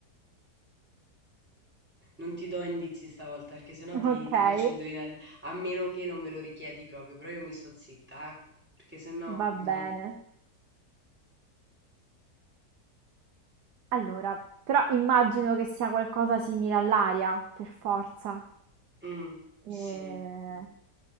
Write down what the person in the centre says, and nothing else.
Non ti do indizi stavolta, perché sennò
ti, ti faccio indovinare, a meno che non me lo richiedi proprio, però io mi sto zitta, eh, perché sennò
ogni...
Mm, sì,